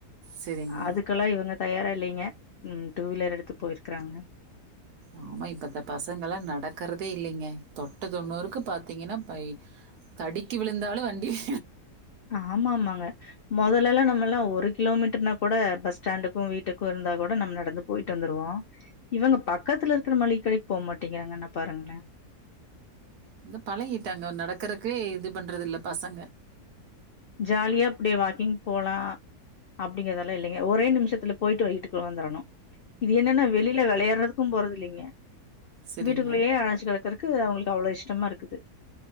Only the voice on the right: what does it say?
சரிங்க.
ஆமா இப்பத்த பசங்கள்லா நடக்கிறதே இல்லைங்க தொட்ட தொண்ணுருக்கு பாத்தீங்கன்னா ப தடிக்க விழுந்தாலு வண்டி வே
இந்த பழகிட்டாங்க நடக்கறதுக்கு இது பண்றது இல்ல பசங்க
சரிங்க.